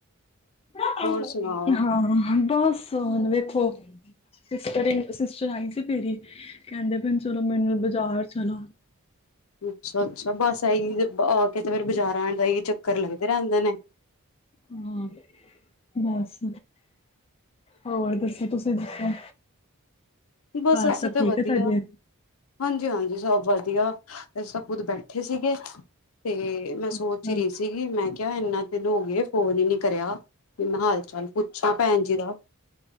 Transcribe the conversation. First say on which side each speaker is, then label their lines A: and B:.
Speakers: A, on the left; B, on the left.
A: ਹਾਂ
B: ਹੋਰ ਸੁਣਾਓ
A: ਹਾਂਜੀ, ਬਸ ਹੁਣ ਵੇਖੋ ਸਿਸਟਰ ਸਿਸਟਰ ਆਈ ਸੀ ਮੇਰੀ, ਕਹਿੰਦੇ ਪਏ ਨੇ ਚੱਲੋ ਮੇਰੇ ਨਾਲ ਬਜ਼ਾਰ ਚਲੋ।
B: ਅੱਛਾ-ਅੱਛਾ, ਬਸ ਇਹੀ ਆ ਕੇ ਤੇ ਫੇਰ ਬਾਜ਼ਾਰਾ, ਈ ਚੱਕਰ ਲੱਗਦੇ ਰਹਿੰਦੇ ਨੇ,
A: ਹਾਂ ਬਸ ਹੋਰ ਦੱਸੋ ਤੁਸੀਂ ਦੱਸੋ?
B: ਬਸ
A: ਘਰ
B: ਅਸੀਂ
A: ਸਭ
B: ਤਾਂ
A: ਠੀਕ
B: ਵਧੀਆ
A: ਹੈ ਤੁਹਾਡੇ
B: ਹਾਂਜੀ-ਹਾਂਜੀ, ਸਭ ਵਧੀਆ। ਸਭ ਖੁੱਦ ਬੈਠੇ ਸੀਗੇ ਤੇ ਮੈਂ ਸੋਚ
A: ਅੱਛਾ
B: ਹੀ ਰਹੀ ਸੀਗੀ ਮੈਂ ਕਿਹਾ ਇਨਾ, ਐਨੇ ਦਿਨ ਹੋ ਗਏ ਫੋਨ ਹੀ ਨੀ ਕਰਿਆ <unintelligible> ਚੱਲ ਪੁੱਛਾਂ ਭੈਣ ਜੀ ਦਾ,